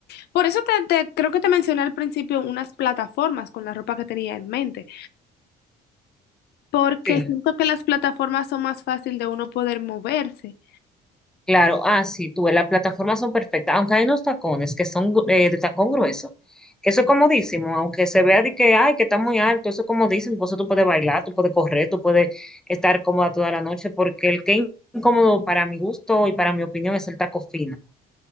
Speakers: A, on the left (about 75°); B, in the centre.
A: Por eso te, te- creo que te mencioné al principio unas plataformas con la ropa que tenía en mente. Porque
B: Sí,
A: siento que las plataformas son más fácil de uno poder moverse.
B: claro. Ah, sí, tú, ves, las plataformas son perfectas, aunque hay unos tacones que son gru- eh, de tacón grueso. que Eso es comodísimo, aunque se vea de que, ay, que está muy alto, eso es comodísimo, por eso tú puedes bailar, tú puedes correr, tú puedes estar cómoda toda la noche, porque el que es incómodo para mi gusto y para mi opinión es el taco fino.